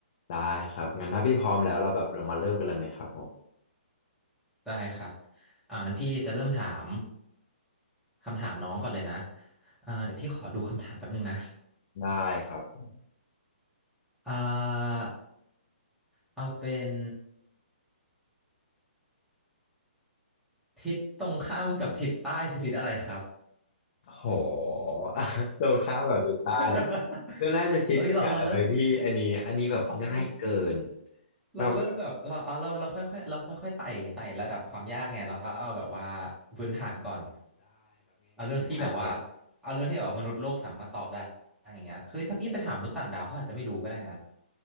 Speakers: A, on the left (about 45°); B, in the centre.
A: ได้ครับงั้นถ้าพี่พร้อมแล้วเราแบบเรามาเริ่มกันเลยไหมครับผม
B: ได้ครับอ่างั้นพี่จะเริ่มถามคำถามน้องก่อนเลยนะอ่าเดี๋ยวพี่ขอดูคำถามแป๊บนึงนะ
A: ได้ครับผม
B: อ่าเอาเป็นทิศตรงข้ามกับทิศใต้คือทิศอะไรครับ
A: โห <laughs> ตรงข้ามกับดูใต้
B: <laughs>
A: ก็น่าจะชิดเนี่ยอะไรพี่อันนี้อันนี้แบบง่ายเกิน
B: เอ้ยเราเราเริ่มโอเค
A: เราแบบ
B: เราเริ่มแบบเราเอาเราเราค่อยๆเราค่อยๆไต่ไต่ระดับความยากไงเราก็เอาแบบว่าพื้นฐานก่อนเอาเรื่องที่แบบว่า
A: แบบ
B: เอาเรื่องที่แบบว่ามนุษย์โลกสามารถตอบได้อย่างเงี้ยคือถ้าพี่ไปถามมนุษย์ต่างดาวเขาอาจจะไม่รู้ก็ได้นะ